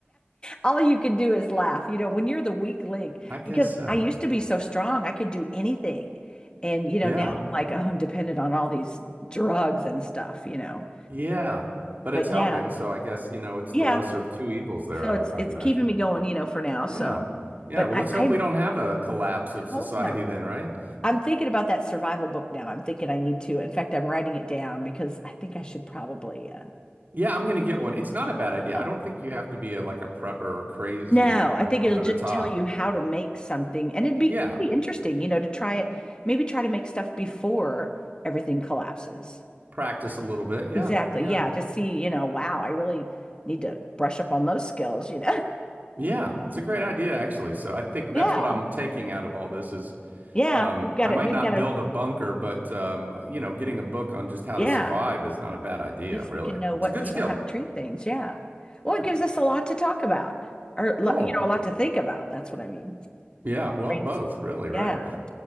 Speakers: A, on the left (about 25°); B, on the right (about 50°).
A: All you can do is laugh, you know, when you're the weak link,
B: <laughs> i guess
A: because
B: so
A: I used to be so strong, I could do anything. And, you know,
B: yeah
A: now I'm like, oh, I'm dependent on all these drugs and stuff, you know.
B: Yeah, but
A: But
B: it's helping.
A: yeah,
B: So I guess, you know, it's
A: yeah.
B: the lesser of two evils there,
A: So it's
B: I,
A: it's
B: I imagine.
A: keeping me going, you know, for now. So,
B: Yeah. Yeah.
A: but
B: Well,
A: I,
B: let's hope
A: I
B: we don't have a collapse of society
A: hope not.
B: then, right?
A: I'm thinking about that survival book now. I'm thinking I need to. In fact, I'm writing it down because I think I should probably uh
B: Yeah, I'm going to get one.
A: read
B: It's
A: it.
B: not a bad idea.
A: Yeah.
B: I don't think you have to be a, like a prepper or crazy,
A: No,
B: you
A: I
B: know,
A: think
B: over
A: it'll just
B: the top.
A: tell you how to make something and it'd be
B: Yeah.
A: pretty interesting, you know, to try it, maybe try to make stuff before everything collapses.
B: Practice a little bit. Yeah.
A: Exactly.
B: Yeah.
A: Yeah, to see, you know, wow, I really need to brush up on those skills, you know. <laughs>
B: Yeah. That's a great idea, actually. So I think
A: Yeah.
B: that's what I'm taking out of all this is
A: Yeah,
B: um,
A: we've got
B: I might
A: it. We've
B: not
A: got to,
B: build a bunker, but, um, you know, getting a book on just how
A: yeah.
B: to survive is not a bad idea,
A: least
B: really.
A: we can know
B: It's
A: what,
B: a good
A: you
B: skill.
A: know, how to treat things. Yeah. Well,
B: Yeah.
A: it gives us a lot to talk about or, lo-
B: Cool.
A: you know, a lot to think about. That's what I mean.
B: Yeah, well,
A: Brains-
B: both, really, right?
A: Yeah.